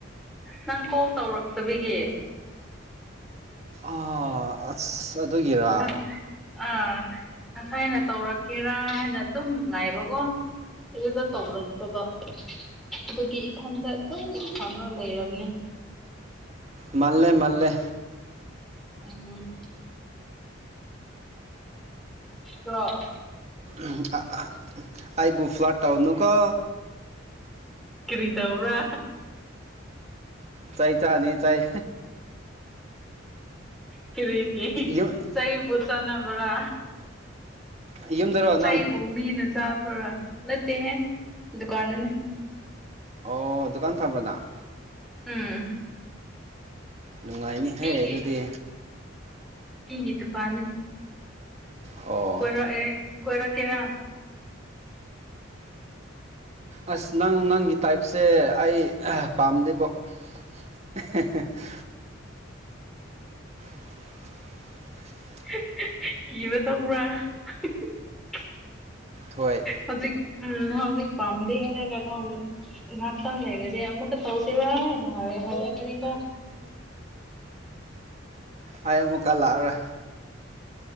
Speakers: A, in the centre; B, on the right.
A: ꯅꯪ ꯀꯣꯜ ꯇꯧꯔꯛꯇꯕꯒꯤ
B: ꯑꯥ ꯑꯁ ꯑꯗꯨꯒꯤꯔꯥ
A: ꯉꯁ ꯑꯥ ꯉꯁꯥꯏꯅ ꯇꯧꯔꯛꯀꯦꯔꯥ ꯍꯥꯏꯅ ꯑꯗꯨꯝ ꯉꯥꯏꯕꯀꯣ ꯑꯗꯨꯗ ꯇꯧꯔꯛꯇꯕ ꯑꯗꯨꯒꯤ ꯏꯊꯟꯗ ꯑꯗꯨꯝ ꯁꯥꯎꯔ ꯂꯩꯔꯝꯅꯦ
B: ꯃꯥꯜꯂꯦ ꯃꯥꯜꯂꯦ
A: ꯎꯝ ꯕꯔ‌ꯣ
B: ꯎꯝ ꯑꯥ‌ ꯑꯥ ꯑꯥꯏꯕꯨ ꯐ꯭ꯂꯠ ꯇꯥꯎꯅꯨꯀꯣ
A: ꯀꯔꯤ ꯇꯧꯕ꯭ꯔꯥ
B: ꯆꯩꯥ ꯆꯥꯅꯤ ꯆꯩ
A: ꯀꯔꯤꯒꯤ
B: ꯌꯨꯝ
A: ꯆꯩꯕꯨ ꯆꯥꯅꯕ꯭ꯔ
B: ꯌꯨꯝꯗꯔꯣ ꯅꯪ
A: ꯆꯩꯕꯨ ꯃꯤꯅ ꯆꯥꯕꯔꯥ ꯅꯠꯇꯦꯍꯦ ꯗꯨꯀꯥꯟꯗꯅꯦ
B: ꯑꯣ ꯗꯨꯀꯥꯟ ꯐꯝꯕ꯭ꯔꯣ ꯅꯪ
A: ꯎꯝ
B: ꯅꯨꯡꯉꯥꯏꯅꯤꯍꯦ
A: ꯃꯤꯒꯤ
B: ꯑꯗꯨꯗꯤ
A: ꯃꯤꯒꯤ ꯗꯨꯀꯥꯟꯅ‌ꯦ
B: ꯑꯣ
A: ꯀꯣꯏꯔꯛꯑꯦ ꯀꯣꯏꯔꯛꯀꯦꯔꯥ
B: ꯑꯁ ꯅꯪ ꯅꯪꯒꯤ ꯇꯥꯏꯞ ꯁꯦ ꯑꯩ ꯄꯥꯝꯗꯦꯕꯣ <unintelligible> <unintelligible>
A: <unintelligible> ꯀꯤꯕ ꯇꯧꯕ꯭ꯔꯥ <unintelligible>
B: ꯍꯣꯏ
A: ꯍꯧꯖꯤꯛ ꯎꯝ ꯍꯧꯖꯤꯛ ꯄꯥꯝꯗꯦ ꯍꯥꯏꯔꯒꯀꯣ ꯎꯝ ꯉꯥꯛꯇꯪ ꯂꯩꯔꯗꯤ ꯑꯃꯨꯛ <unintelligible> ꯇꯧꯁꯦꯕ ꯍꯥꯏꯅ ꯍꯥꯏ ꯍꯥꯏꯔꯛꯀꯅꯤꯀ‌ꯣ
B: ꯑꯩ ꯃꯀ ꯂꯔ